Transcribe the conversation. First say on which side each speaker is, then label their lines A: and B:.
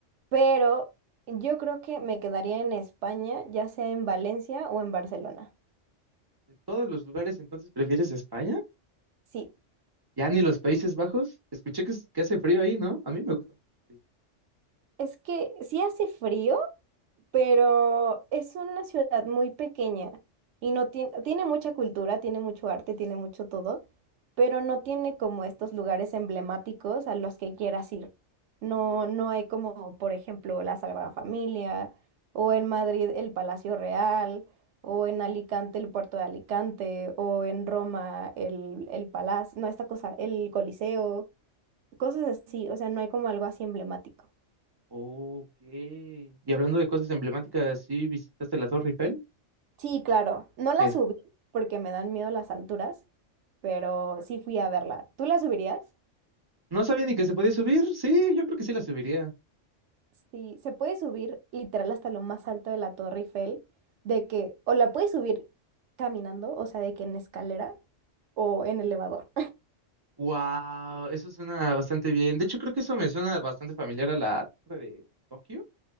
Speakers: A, on the right (about 70°); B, on the right (about 25°).
A: pero yo creo que me quedaría en España, ya sea en Valencia o en Barcelona.
B: ¿De todos los lugares entonces prefieres España?
A: Sí,
B: ¿Ya ni los Países Bajos? Escuché que, es- que hace frío ahí, ¿no? A mí me gusta mucho. el frío.
A: es que sí hace frío. pero es una ciudad muy pequeña y no tiene, tiene mucha cultura, tiene mucho arte, tiene mucho todo, pero no tiene como estos lugares emblemáticos a los que quieras ir. No, no hay como, por ejemplo, la Sagrada Familia, o en Madrid el Palacio Real, o en Alicante el Puerto de Alicante, o en Roma el, el Palacio, no, esta cosa, el Coliseo, cosas así, o sea, no hay como algo así emblemático.
B: Ok. Y hablando de cosas emblemáticas, ¿sí visitaste la Torre Eiffel?
A: Sí, claro. No la
B: Es-
A: subí porque me dan miedo las alturas, pero sí fui a verla. ¿Tú la subirías?
B: No sabía ni que se podía subir. Sí, yo creo que sí la subiría.
A: Sí, se puede subir literal hasta lo más alto de la Torre Eiffel, de que o la puedes subir caminando, o sea, de que en escalera o en elevador.
B: Wow, eso suena bastante bien. De hecho, creo que eso me suena bastante familiar a la Torre de Tokio.